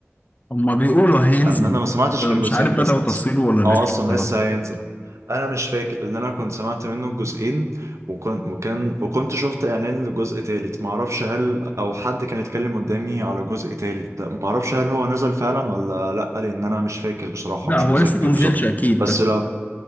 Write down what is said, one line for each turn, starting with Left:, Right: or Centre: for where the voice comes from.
Left: هما بيقولوا هينزل
Right: ان انا ما سمعتش غير
Left: مش
Right: جزئين
Left: عارف بدأوا
Right: بس
Left: تصويره ولا
Right: اه
Left: لسه
Right: اصلا
Left: بصراحه
Right: لسه هينزل انا مش فاكر لان انا كنت سمعت منه جزئين وكان وكان وكنت شفت اعلان لجزء تالت ما اعرفش هل او حد كان يتكلم قدامي على جزء تالت ما اعرفش هل هو نزل فعلا ولا لا لان انا مش فاكر بصراحة
Left: لا
Right: مش
Left: هو
Right: متذكر
Left: لسه ما
Right: بالظبط
Left: نزلش اكيد
Right: بس
Left: بس
Right: لو